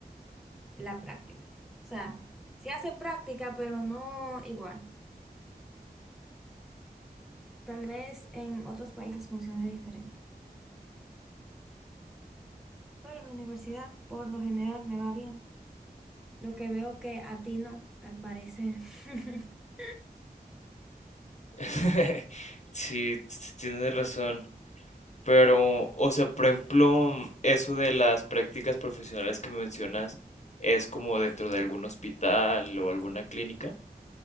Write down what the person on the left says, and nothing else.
<laughs> Sí, tienes razón. Pero, o sea, por ejemplo, eso de las prácticas profesionales que me mencionas es como dentro de algún hospital o alguna clínica.